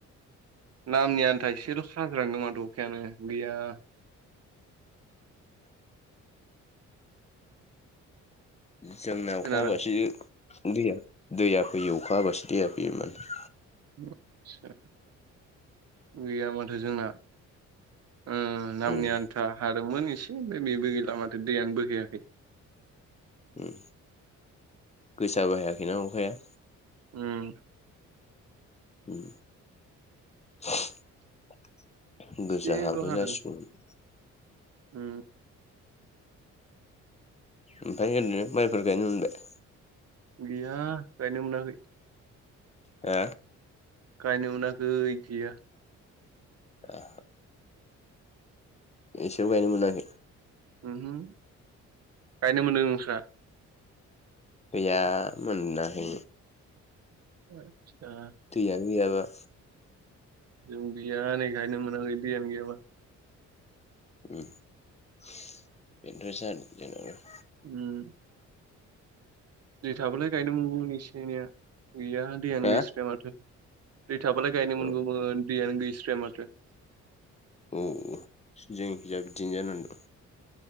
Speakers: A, on the right (about 55°); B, on the left (about 20°).
A: नामनि आन्था एसेल' साजांदों माथो अखायानो गैया।
B: जोंना अखा
A: खोनादों
B: हाबासो दैया दैया फैयो अखा हाबासो दैया फैयो माने।
A: <unintelligible> गैया माथो जोंना ओ नामनि
B: उम
A: आन्था हादोंमोन एसे ओमफ्राय बेबो गैला माथो दैयानो बोहैयाखै।
B: उम गोसाबो हायाखैना अखाया।
A: उम
B: उम
A: एसेल'
B: गोसा हाबो
A: हादों
B: जासिगौमोन।
A: उम
B: ओमफ्राय ओरैनो माइफोर गायनो मोनबाय?
A: गैया गायनो मोनाखै।
B: ओ
A: गायनो मोनाखै गैया।
B: ए एसेबो गायनो मोनाखै?
A: उमहु गायनो मोनदों नोंस्रा?
B: गैया मोनाखै।
A: आतसा
B: दैैयानो गैयाबा।
A: जों गैया नै गायनो मोनाखै दैयानो गैयाबा।
B: उम बेनोथ'सो आरो जोंनियाव।
A: उम दै थाबालाय गायनो मोनगौमोन एसे एनैया गैया दैयानो
B: हा
A: गैस्राया माथो। दै थाबालाय गायनो मोनगौमोन
B: औ
A: दैयानो गैस्राया माथो।
B: औ जोंखिजाय बिदिनो जानानै दं।